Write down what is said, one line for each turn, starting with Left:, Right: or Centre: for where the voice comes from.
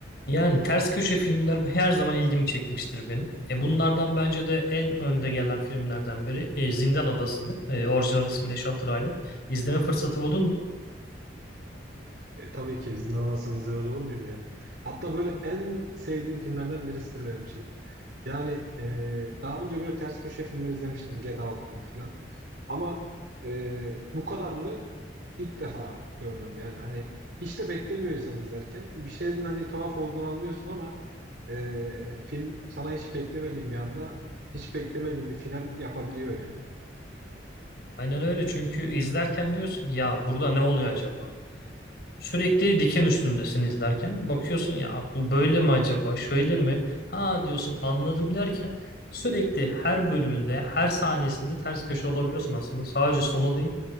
Left: Yani ters köşe filmler her zaman ilgimi çekmiştir benim. E bunlardan bence de en önde gelen filmlerden biri e, Zindan Adası'dır. E, orijinal ismiyle Shutter Island. İzleme fırsatı buldun mu?
Right: E, tabii ki izin alamazsam izlemez olur muyum ya? Hatta böyle en sevdiğim filmlerden birisidir benim için. Yani e, daha önce böyle ters köşe filmler izlemiştim. Get Out gibi falan. Ama e, bu kadarını ilk defa gördüm yani. Hani hiç de beklemiyor insan izlerken. Bir şeylerin hani tuhaf olduğunu anlıyorsun ama e, film sana hiç beklemediğin bir anda hiç beklemediğin bir final yapabiliyor yani.
Left: Aynen öyle çünkü izlerken diyorsun ya burada ne oluyor acaba? Sürekli diken üstündesin izlerken. Bakıyorsun ya bu böyle mi acaba? Şöyle mi? Ha diyorsun anladım derken sürekli her bölümünde, her sahnesinde ters köşe olabiliyorsun aslında. Sadece sonu değil.